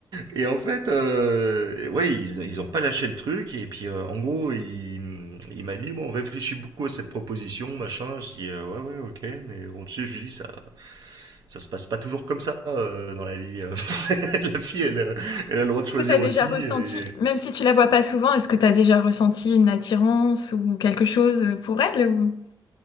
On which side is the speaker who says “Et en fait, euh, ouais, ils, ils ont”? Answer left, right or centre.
Right